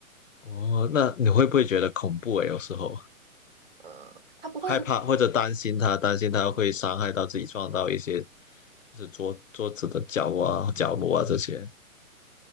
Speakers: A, on the left; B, on the right.
A: 哦，那你会不会觉得恐怖诶？有时候
B: 嗯，呃他不会，
A: 害怕或者担心他，担心他会伤害到自己，
B: 嗯
A: 撞到一些就是桌桌子的角啊、角落啊这些。